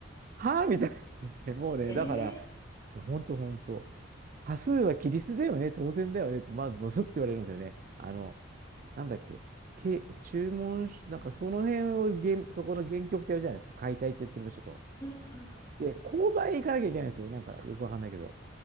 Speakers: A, on the right; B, on the left.
A: はぁみたいな。<laughs> もうね、
B: ええ
A: だから、ほんとほんと。多数はキリストだよね、当然だよねって、まずドスって言われるんですよね。あの、なんだっけ、け、注文し、なんかその辺を原、そこの原曲ってやるじゃないですか、解体って言ってる部署と。
B: うんうんうん
A: で、購買行かなきゃいけないんですよ。なんかよくわかんないけど、